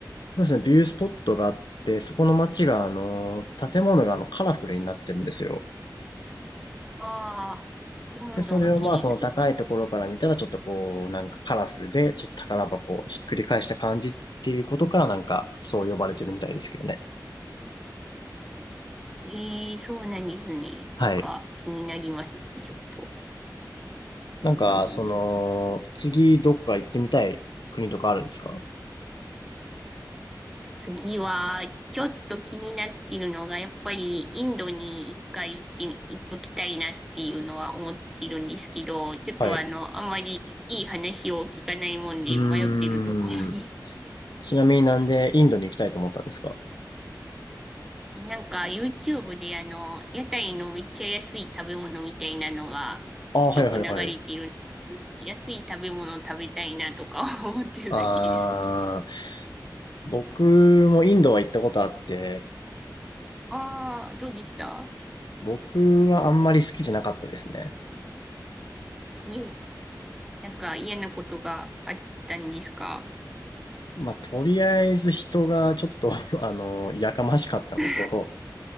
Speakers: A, on the left; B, in the centre.
A: そうですね、ビュースポットがあって、そこの街があの、建物があの、カラフルになってるんですよ。
B: ああー、建物が綺麗。
A: で、それをまあその高いところから見たらちょっとこう、なんかカラフルで、ちょっと宝箱をひっくり返した感じっていうことからなんかそう呼ばれてるみたいですけどね。
B: ええそうなんですね。
A: はい。
B: なんか気になりますね、ちょっと。
A: なんか、
B: えー
A: その、次どこか行ってみたい国とかあるんですか
B: 次は、ちょっと気になってるのが、やっぱりインドに一回行って、行っときたいなっていうのは思ってるんですけど、ちょっとあの、
A: はい。
B: あんまりいい話を聞かないもんで迷ってるところに。
A: うーん。ちなみになんでインドに行きたいと思ったんですか
B: えなんか YouTube であの、屋台のめっちゃ安い食べ物みたいなのがよく流れてる。
A: ああー、はいはいはい。
B: 安い食べ物食べたいなとか思ってるだけです。
A: ああ、僕もインドは行ったことあって、
B: ああ、どうでした
A: 僕はあんまり好きじゃなかったですね。
B: ええ、なんか嫌なことがあったんですか
A: まあ、とりあえず人がちょっと <laughs> あの、やかましかったことを、
B: <laughs>